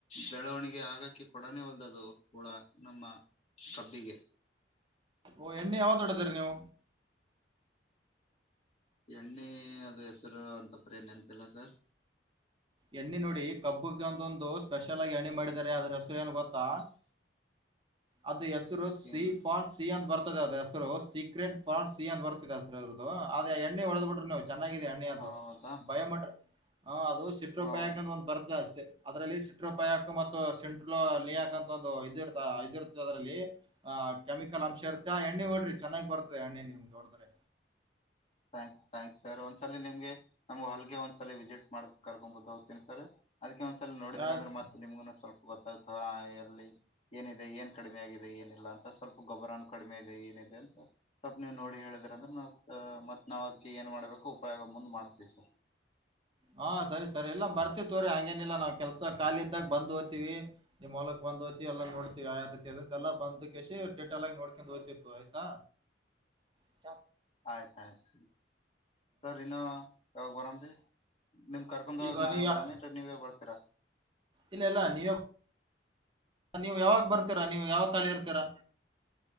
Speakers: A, on the left; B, on the right.
A: ಬೆಳವಣಿಗೆ ಆಗಕಿ ಕೊಡಾನೇ ಹೊಲ್ದ ಅದು ಕೂಳ ನಮ್ಮ ಕಬ್ಬಿಗೆ
B: ಓ ಎ್ಣ ಯಾವತ್ತೋಡ ತರ್ ನೀವು
A: ಎಣ್ಣೆ ಅದು ಹೆಸರು ಅಂತಪ್ರ ಏನ್ಪಿಲ್ಲ ಸರ್
B: ಎಣ್ಣೆ ನೋಡಿ ಕಬ್ಬುಗೆ ಒಂದೊಂದು ಸ್ಪೆಷಲ್ ಆಗಿ ಎಣ್ಣಿ ಮಾಡಿದಿದ್ದಾರೆ ಅದ್ರ ಹೆಸರು ಏನ್ ಗೊತ್ತಾ ಅದು ಹೆಸರು ಸಿ
A: ಏನು
B: ಫಾನ್ ಸಿ ಅಂತ ಬರ್ತದೆ ಅದ್ರ ಸೀಕ್ರೆಟ್ ಫಾ ಸಿ ಅಂತ ಬರ್ತಿದೆ ಸರ್ ಇದದು ಅದು ಎಣ್ಣೆ ಹೊಡೆದ್ ಬಿಿ್ರ ಚೆನ್ನಾಗಿದೆ ಅಣ್ಣಿ ಅದು
A: ಹೌದಾ
B: ಬಯೋಮೆಟ್ರಿ ಹ ಅದು ಸಿಟ್ರೋ
A: ಹೌದು
B: ಪ್ಯಾಕ್ ಒಂದು ಬರ್ತ ಅದ್ರಲ್ಲಿ ಸಿಟ್ರೋ ಪಯಾಕ್ ಮತ್ತು ಸಿೆಂಟ್ರೋ ಲಿಯಾಕ್ ಅಂತ ಒಂದು ಇದ ಇರ್ತ ಇದ ಇರ್ತದೆ ಅದ್ರಲ್ಲಿ ಆ ಕೆಮಿಕಲ್ ಅಂಶ ಇರುತ್ತೆ ಎಣ್ಣೆ ಹೊೋಡ್ರಿ ಚೆನ್ನಾಗಿ್ ಬರ್ತದೆ ಎಣ್ಣೆ ನಿಮ್ಗೆ ಹೊೋಡದ್ರೆ
A: ಥಾಂಕ್ಸ್ ಥಂಕ್ಸ್ ಸರ್ ಒಂದ್ಸಲಿ ನಿಮಗೆ ನಮ್ ಹಲ್ಗೆ ಒಂದ್ಸಲ ವಿಸಿಟ್ ಮಾಡಕ್ ಕರ್ಕೊಂಡ್ ಬದು ಹೋಗ್ತೀನಿ ಸರ್ ಅದಕ್ಕೆ ಒಂದ್ಸ ನೋಿದ್ರ
B: ಆ,
A: ಅ್ರೆತ್ತೆ
B: ಸ್-
A: ನಿಮಗು ಸ್ವಪ ಗೊತ್ತಾಗ್ತ ಹಾ ಎಲ್ಲಿ ಏನಿದೆ ಏನ್ ಕಡಿಮೆ ಆಗಿದೆ ಏನಿಲ್ಲ ಅಂತ ಸ್ವಲ್ಪ ಗೊಬ್ರನ ಕಡಿಮೆ ಇದೆ ಏನ ಸ್ವಪ ನೀವ್ ನೋಡಿ ಹೇಳಿದ್ರ ಅಂದ್ರೆ ನಾವು ಮತ್ತೆ ನಾವ್ ಅದಕ್ಕೆ ಏನ್ ಮಾಡ್ಬೇಕು ಉಪಯೋಗ ಮುಂದ್ ಮಾಡ್ತೀವಿ ಸ
B: ಹಾ ಸರಿ ಸರಿ ಇಲ್ಲಾ ಬರ್ತ ತೋರಿ ಹಂಗೇನಿಲ್ಲಾ ನಾವ್ ಕೆಲ್ಸ ಖಾಲಿ ಇದ್ದಾಗ ಬಂದ್ ಓ್ತಿವಿ ನಿಮ್ ಹೊಲಕ್ ್ ್ತಿ ಎಲ್ಲ ನೋಡ್ತತಿವಿ ಯ ರೀತಿ ಅದಂತೆ ಎಲ್ಲ ಬಂದ ಕಿ ಡಟ್ ಎಲ್ಲ ನೋಡ್ಕೊಂಡು ಓ್ತಿತ್ತು ಆಯ್ತಾ ಹ
A: ಆಯ್ತ ಆಯ್ತು ಸರ್ ಇನ್ನ ಯಾವಾಗ ಬರಂಿ ನಿಮ್ ಕರ್ಕೊಂಡ್ ಹೋಗಾಗ
B: ಈಗ
A: ನಾವೇ
B: ನೀವು ಯಾ-
A: ಬರಾಮೇನ್ೀ ನೀವೇ ಬರ್ತೀರಾ
B: ಇಲ್ಲ ಇಲ್ಲ ನೀಯ ನೀವ್ ಯಾವಾಗ ಬರ್ತೀರಾ ನೀವು ಯಾವಾಗ ಖಾಲಿ ಇರ್ತೀರಾ